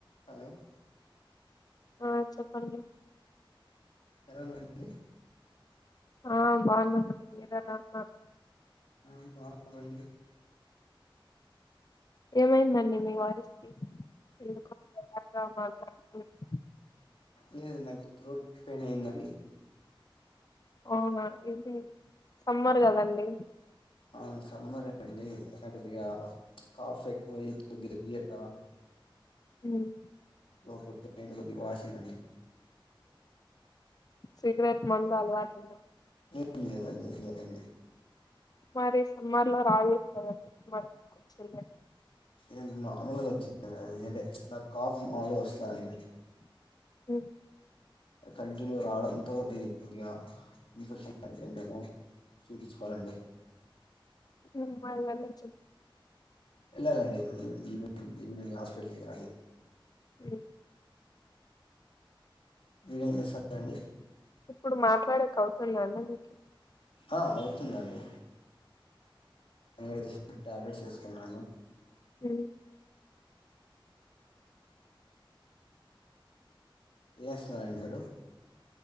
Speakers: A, on the left; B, on the left.
A: Hello
B: ఆ చెప్పండి
A: ఎలా ఉన్నారండి
B: ఆ బాగున్నామండి మీరు ఎలా ఉన్నారు
A: ఆ బాగున్నామండి
B: ఏమైందండి మీ వాయిస్కి ఎందుకో ఎలాగా మాట్లాడుతున్నారు
A: లేదు నాకు త్రోట్ పెయిన్ అయిందండి
B: అవునా ఇది సమ్మర్ కదండి
A: అవును సమ్మర్ అ అడికద్ కాఫ్ ఎక్కువ ఇ గ బియటా
B: మ్మ్
A: లోపల పెయిన్ కొద్దిగా వాసిందండి
B: సిగరెట్ మందు అలవాటు ఉంద
A: ఏంలేదండి లేదండి
B: స మరి సమ్మార్లా రాగులు పదు <inaudible>
A: నేను నార్మల్గా వచ్చిందండి అది అంటే నాకు కాఫ్ మాములుగా వస్తాదండి
B: మ్మ్
A: కంటిన్యూ రావడంతోది కొద్దిగా ఇన్ఫెక్షన్ అయింది చూపంచుకోవాలండి
B: ఉ మల్ల వెళ్ళండి
A: ఇలాలండి ఈవినింగ్ ఈవినింగ్ హాస్పిటల్ కి వెళ్ళాలి
B: హు
A: మీరేం చేస్తారు అండి
B: ఇప్పుడు మాట్లాడేక అవుతుందా అండి మీకు
A: ఆ అవు తుందండి అది టాబ్లెట్స్ వేసుకున్నాను
B: హు
A: ఎస్ నారాయణగారు